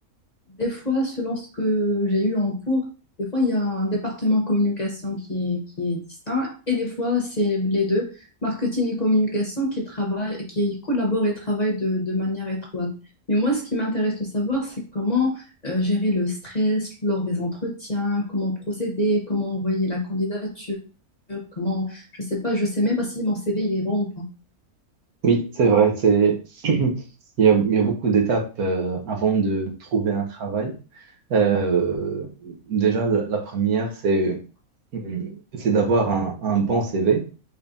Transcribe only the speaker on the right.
Oui, c'est vrai. C'est, <clears throat> il y a, il y a beaucoup d'étapes euh, avant de trouver un travail. Euh, déjà, la, la première, c'est, euh, c'est d'avoir un un bon CV.